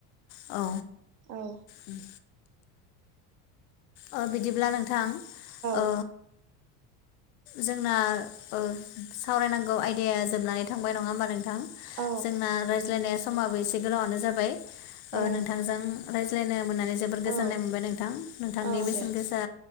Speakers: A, on the left; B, on the right.
A: औ
B: औ
A: उम अ बिदिब्ला नोंथां ओ
B: औ
A: जोंना ओ सावरायनांगौ आयदाया जोबनानै थांबाय नङा होमबा नोंथां
B: औ
A: जोंना रायज्लायनाया समाबो एसे गोलावानो जाबाय
B: औ
A: ओ नोंथांजों रायज्लायनो मोन्ना नै जोबर
B: औ
A: गोजोननाय मोनबाय नोंथां थांनि
B: औ
A: बेसेन
B: दे
A: गोसा